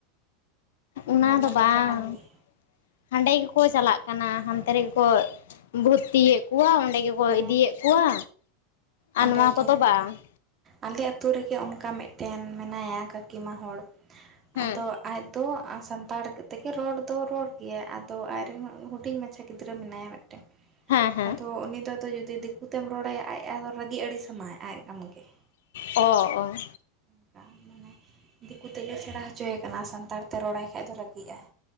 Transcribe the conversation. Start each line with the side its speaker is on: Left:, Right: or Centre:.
Left: ᱚᱱᱟ ᱫᱚ
Right: ᱢᱟ ᱠᱟᱛᱷᱟ
Left: ᱵᱟᱝ
Right: ᱠᱟᱱ
Left: ᱾
Right: ᱜᱮ
Left: ᱦᱟᱸᱰᱮ ᱜᱮᱠᱚ ᱪᱟᱞᱟᱜ ᱠᱟᱱᱟ ᱦᱟᱰᱮᱸ ᱜᱮᱠᱚ ᱪᱟᱞᱟᱜ ᱠᱟᱱᱟ ᱦᱟᱱᱛᱮ ᱨᱮᱜᱮ ᱠᱚ ᱵᱷᱩᱛᱤᱭᱮᱫ ᱠᱚᱣᱟ ᱚᱸᱰᱮ ᱜᱮ ᱠᱚ
Right: ᱦᱮᱸ
Left: ᱤᱫᱤᱭᱮᱫ
Right: ᱦᱮᱸ
Left: ᱠᱚᱣᱟ ᱟᱨ
Right: ᱚᱸᱰᱮ
Left: ᱱᱚᱣᱟ ᱠᱚᱫᱚ
Right: ᱜᱮ
Left: ᱵᱟᱝ ᱾
Right: ᱟᱞᱮ ᱟᱹᱛᱩ ᱨᱮᱜᱮ ᱚᱱᱠᱟ ᱢᱮᱫᱴᱮᱱ ᱢᱮᱱᱟᱭᱟ ᱠᱟᱹᱠᱤᱢᱟ ᱦᱚᱲ,
Left: ᱦᱮᱸ
Right: ᱟᱫᱚ ᱟᱡ ᱫᱚ ᱥᱟᱱᱛᱟᱲ ᱛᱮᱜᱮ ᱨᱚᱲ ᱫᱚ ᱨᱚᱲ ᱜᱮᱭᱟᱭ ᱟᱫᱚ ᱟᱡᱨᱮᱱ ᱦᱩᱰᱤᱧ ᱢᱟᱪᱷᱟ ᱜᱤᱫᱽᱨᱟᱹ ᱢᱮᱱᱟᱭᱟ <unintelligible>
Left: ᱦᱮᱸ ᱦᱮᱸ
Right: ᱟᱫᱚ ᱩᱱᱤ ᱫᱚ ᱫᱚ ᱡᱩᱫᱤ ᱫᱤᱠᱩ ᱛᱮᱢ ᱨᱚᱲ ᱟᱭᱟ ᱟᱡ ᱟᱫᱚ ᱨᱟᱹᱜᱤ ᱟᱲᱤᱥ ᱟᱢᱟᱭ ᱟᱡ ᱟᱢ ᱜᱮ ᱾
Left: ᱚ ᱚ,
Right: ᱚᱸᱠᱟ ᱢᱟᱱᱮ ᱫᱤᱠᱩ ᱛᱮᱜᱮ ᱥᱮᱬᱟ ᱦᱚᱪᱚᱭᱮ ᱠᱟᱱᱟ ᱥᱟᱱᱛᱟᱲ ᱛᱮ ᱨᱚᱲ ᱟᱭ ᱠᱷᱟᱡ ᱫᱚ ᱨᱟᱹᱜᱤ ᱟᱭ᱾